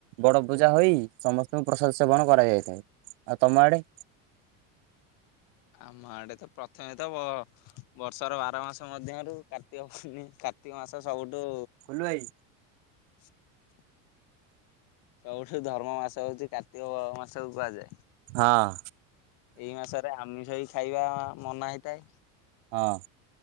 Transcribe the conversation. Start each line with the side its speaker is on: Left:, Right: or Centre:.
Right: ବଡ଼ ପୂଜା ହୋଇ ସମସ୍ତଙ୍କୁ ପ୍ରସାଦ ସେବନ କରାଯାଇଥାଏ ଆଉ ତମ ଆଡ଼େ?
Left: ଆମ ଆଡ଼େତ ପ୍ରଥମେତ ବ ବର୍ଷର ବାର ମାସ ମଧ୍ୟରୁ କାର୍ତ୍ତିକ ପୂର୍ଣି କାର୍ତ୍ତିକ ମାସ ସବୁଠୁ
Right: କୁଲୁ ଭାଇ।
Left: <inaudible> ସବୁଠୁ ଧର୍ମ ମାସ ହଉଚି କାର୍ତ୍ତିକ ମାସକୁ କୁହାଯାଏ।
Right: ହଁ।
Left: ଏଇ ମାସରେ ଆମିଷ ହିଁ ଖାଇବା ମନା ହେଇଥାଏ।
Right: ହଁ।